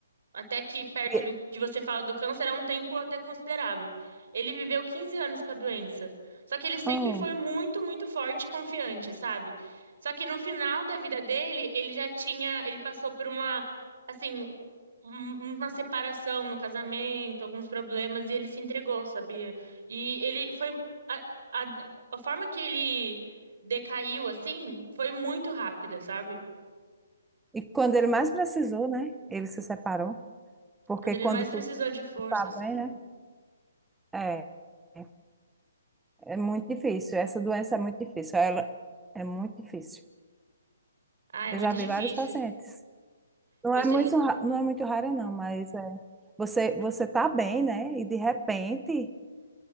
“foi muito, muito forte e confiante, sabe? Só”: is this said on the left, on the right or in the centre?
Right